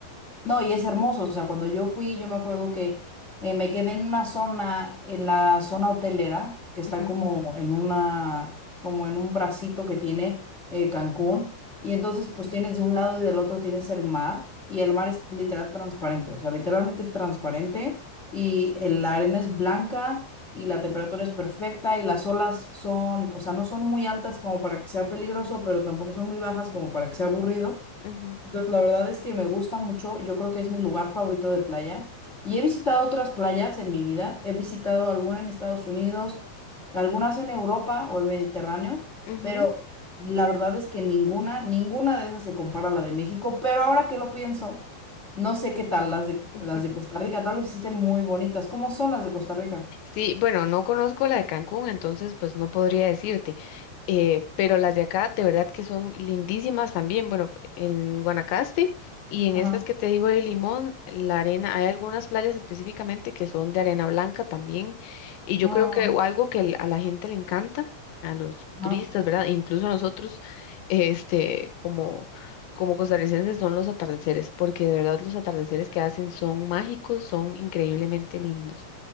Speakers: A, on the left (about 20°); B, on the left (about 70°).
A: No, y es hermoso, o sea, cuando yo fui, yo me acuerdo que eh, me quedé en una zona, en la zona hotelera, que está
B: ujú,
A: como en una, como en un bracito que tiene eh, Cancún, y entonces pues tienes de un lado y del otro tienes el mar, y el mar es literal transparente, o sea, literalmente es transparente, y el- la arena es blanca, y la temperatura es perfecta, y las olas son, o sea, no son muy altas como para que sea peligroso, pero tampoco son muy bajas como para que sea aburrido.
B: ujú,
A: Entonces, la verdad es que me gusta mucho. Yo creo que es mi lugar favorito de playa. Y he visitado otras playas en mi vida. He visitado alguna en Estados Unidos, algunas en Europa o el Mediterráneo,
B: ujú,
A: pero la verdad es que ninguna, ninguna de esas se compara a la de México. Pero ahora que lo pienso, no sé qué tal las de,
B: ujú.
A: las de Costa Rica. Tal vez existen muy bonitas. ¿Cómo son las de Costa Rica?
B: Sí, bueno, no conozco la de Cancún, entonces pues no podría decirte, eh, pero las de acá de verdad que son lindísimas también. Bueno, p- en Guanacaste y en
A: Ajá.
B: estas que te digo de Limón, la arena, hay algunas playas específicamente que son de arena blanca también, y yo
A: Ajá.
B: creo que o algo que l- a la gente le encanta, a los turistas,
A: Ajá.
B: ¿verdad? E incluso a nosotros, este, como... Como costarricenses son los atardeceres, porque de verdad los atardeceres que hacen son mágicos, son increíblemente lindos.